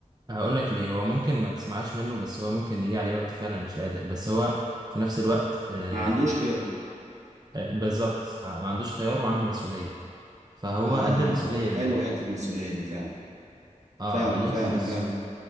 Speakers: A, on the right; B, on the right.
A: هقول لك ليه هو ممكن ما تسمعش منه بس هو ممكن يجي عليه وقت فعلا مش قادر بس هو في نفس الوقت آه
B: ما عندوش خيار
A: آه بالظبط آه، ما عندوش خيار وعنده مسؤولية فهو
B: اه
A: قد المسؤولية
B: حلو
A: دي
B: حتة مسؤولية دي فعلا
A: اه
B: فعلا
A: نقطة
B: فعلا